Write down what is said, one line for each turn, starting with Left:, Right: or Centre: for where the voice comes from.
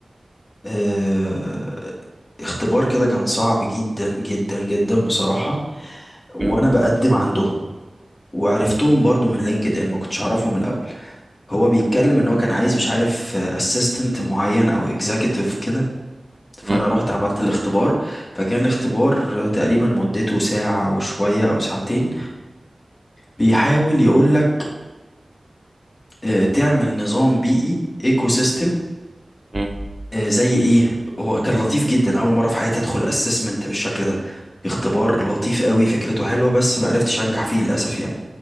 Left: إيه اختبار كده كان صعب جدا جدا جدا بصراحة وانا
Right: مم،
Left: بقدم عندهم وعرفتهم برضو من لينكد ان ما كنتش اعرفهم الاول هو بيتكلم ان هو كان عايز مش عارف اسيستنت معين او اكزيكتيف كده
Right: مم،
Left: فانا رحت عملت الاختبار فكان الاختبار تقريبا مدته ساعة وشوية او ساعتين بيحاول يقولك آه، تعمل نظام بيئي ايكو سيستم
Right: مم،
Left: آه، زي ايه هو كان لطيف جدا اول مرة في حياتي ادخل اسسمنت بالشكل ده اختبار لطيف قوي فكرته حلوة بس معرفتش انجح فيه للاسف يعني